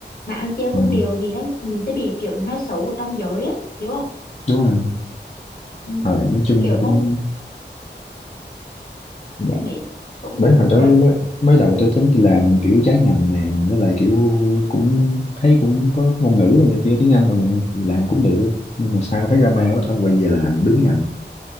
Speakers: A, on the left; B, on the left.
A: mà ăn chia không
B: ừ,
A: đều thì nó mình sẽ bị kiểu nói xấu ở trong giới á hiểu không
B: đúng rồi
A: ừ,
B: rồi nói chung
A: kiểu nó
B: cũng dạ.
A: cũng mệt cũng
B: bởi hồi
A: phức
B: đó
A: tạp
B: mới, mới đầu tôi tính đi làm kiểu trái ngành nè với lại kiểu cũng thấy cũng có ngôn ngữ rồi này kia tiếng Anh rồi nè thì làm cũng được nhưng mà sao thấy drama quá thôi quay về là đứng ngành